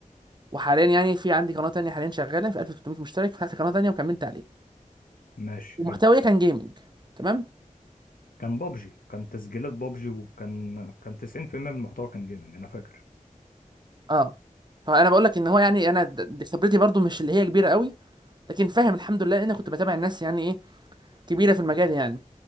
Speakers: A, on the right; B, on the left.
A: وحاليا يعني في عندي قناه تانية حاليا شغاله في 1300 مشترك فتحت قناه تانية وكملت عليها
B: ماشي
A: ومحتوية
B: حلو
A: كان جيمنج تمام
B: كان بابجي كان تسجيلات بابجي وكان كان 90% من المحتوى كان جيمنج انا فاكر
A: اه فانا بقول لك ان هو يعني انا د- دي خبرتي برضو مش اللي هي كبيره قوي لكن فاهم الحمد لله لان أنا كنت بتابع الناس يعني ايه كبيره في المجال يعني